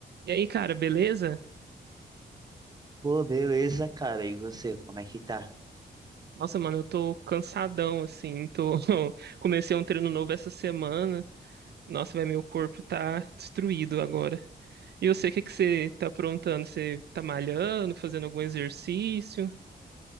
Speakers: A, on the right; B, on the right.
A: E aí, cara, beleza?
B: Pô, beleza, cara. E você, como é que tá?
A: Nossa, mano, eu tô cansadão, assim, tô... <laughs> Comecei um treino novo essa semana. Nossa, vai, meu corpo tá destruído agora. E eu sei o que que você tá aprontando? Você tá malhando, fazendo algum exercício?